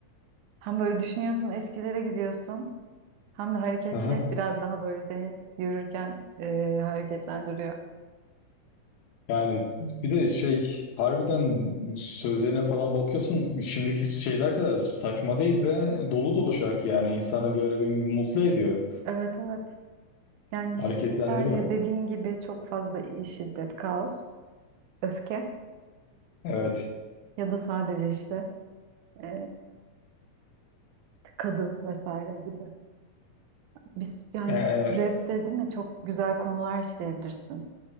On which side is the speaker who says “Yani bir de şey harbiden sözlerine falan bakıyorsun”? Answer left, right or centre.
Left